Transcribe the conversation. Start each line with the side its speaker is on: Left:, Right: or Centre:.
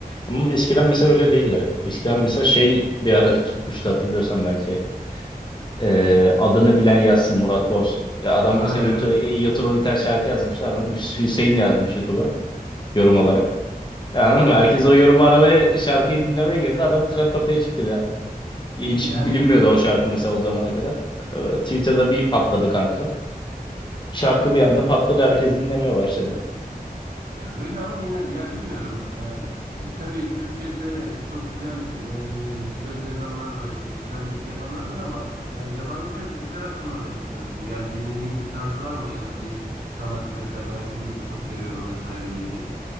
Left: Ama eskiden mesela öyle değildi. Eskiden mesela şey bir ara tutmuştu hatırlıyorsan belki. E, adını bilen yazsın Murat Boz. Ya Adam
Right: Aa
Left: mesela
Right: evet.
Left: YouTube, e, YouTube'a bir tane şarkı yazmışlar Adam Hüseyin yazmış YouTube'a. yorum olarak. Yani herkes o yorumu aramaya, şarkıyı dinlemeye girdi. Adam trend topiğe çıktı bir anda. Hiç
Right: <laughs> Yani
Left: bilinmiyordu
Right: evet.
Left: o şarkı mesela o zamana kadar. Ee, Twitter'da bir patladı kanka. Şarkı bir anda patladı. Herkes dinlemeye başladı.
Right: Ya öyle ama yine de ya bilmiyorum. Eee tabii Türkçe'de çok güzel eee, söz yazanlar var işte güzel müzik yapanlar var ama yani yabancı müzikler hakkında ne düşünüyorsun? Yani dinlediğin bir tarz var mı ya da bir sanatçı mesela ben şu grubu çok seviyorum vesaire dediğin?